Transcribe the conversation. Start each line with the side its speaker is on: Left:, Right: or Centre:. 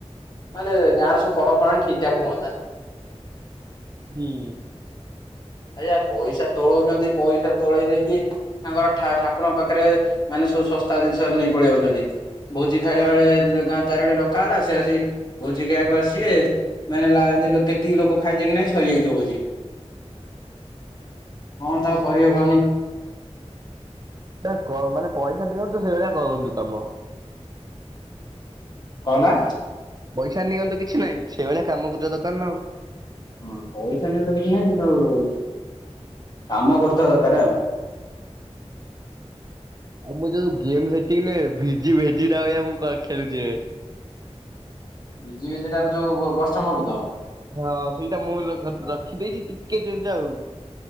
Left: ତାଲେ ଗାଁରେ ସବୁ ପର୍ବ ପର୍ବାଣୀ ଠିକଠାକ ହୁଅନ୍ତା।
Right: ହୁଁ।
Left: ଆଜ୍ଞା ପଇସା ତୋଳଉଛନ୍ତି ପଇସା ତୋଳେଇ ଦେଇକି ତାଙ୍କର ଠା ଠାକୁରଙ୍କ ପାଖରେ ମାନେ ସବୁ ଶସ୍ତା ଜିନିଷ ନେଇ ପଳେଇ ଆଉଛନ୍ତି। ଭୋଜି ଖାଇଲା ବେଳେ ଗାଁ ଚାରିଆଡେ ଡକା ହେଲା ସେ ଆସି ଭୋଜି ଖାଇବାକୁ ଆସିବେ ମେନେଲା କେତିକି ଲୋକ ଖାଇଥିବେ କି ନାଇଁ ସରିଯାଇଥିବ ଭୋଜି। କଣ ତାକୁ କରିବ କହନି?
Right: ତା କ ମାନେ ପଇସା ନିଅନ୍ତୁ ସେଇ ଭଳିଆ କରନ୍ତୁ କାମ।
Left: କହ ନା।
Right: ପଇସା ନିଅନ୍ତୁ କିଛି ନାହିଁ ସେଇଭଳିଆ କାମ କରିବା ଦରକାର ନା ଆଉ।
Left: ଓ ହ ପଇସା ନିଅ ତ କିଛି ନାହିଁ କିନ୍ତୁ କାମ କରୁଥିବା ଦରକାର ଆଉ।
Right: ଆଉ ମୁଁ ଯୋଉ ଗେମ୍ ସେଥିଲି ଯେ ଭିଜି ଭେଜିଟା ଭଳିଆ ମୁଁ କରିଥିଲି ଯେ।
Left: ବି ଯିବ ସେଟ ଯୋଉ କଷ୍ଟ ମଡୁ ତ।
Right: ହଁ ସେଇଟା ମୁଁ
Left: ହଁ।
Right: ରଖିଦେଇଛି ଟିକେ ଯେମିତି ଆଉ।